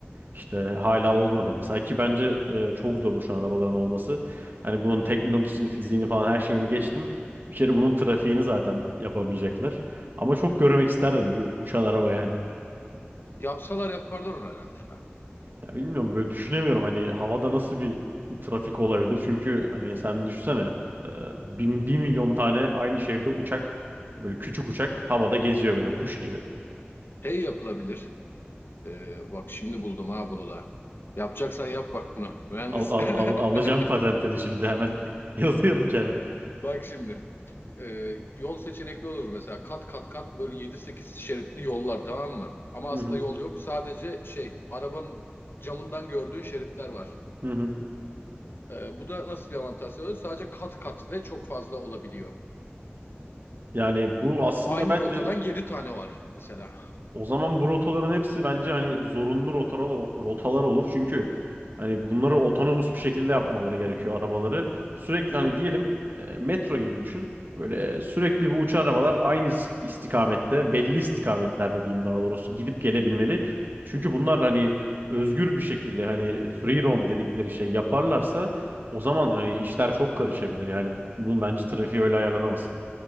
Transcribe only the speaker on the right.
İşte hala olmadı mesela ki bence e, çok zor uçan arabaların olması. Hani bunun teknolojisini, fiziğini falan her şeyini geçtim. Bir kere bunun trafiğini zaten yapamayacaklar. Ama çok görmek isterdim bir uçan araba yani.
Ya bilmiyorum böyle düşünemiyorum hani havada nasıl bir trafik olabilir. Çünkü hani sen düşünsene e, bir, bir milyon tane aynı şehirde uçak böyle küçük uçak havada geziyor böyle kuş gibi.
Al, al, al, alacağım
patentini şimdi hemen <laughs> yazıyorum kenara.
Hı
hı,
hı hı.
Yani bu aslında
bence
O zaman bu rotaların hepsi bence hani zorunlu rotalar, rotalar olur. Çünkü hani bunları otonomus bir şekilde yapmaları gerekiyor arabaları. Sürekli hani diyelim e, metro gibi düşün. Böyle sürekli bu uçan arabalar aynı is- istikamette, belli istikametlerde diyeyim daha doğrusu gidip gelebilmeli. Çünkü bunlar hani özgür bir şekilde hani free roam dedikleri şey yaparlarsa o zaman yani işler çok karışabilir. Yani bu- bunun bence trafiği öyle ayarlanamaz.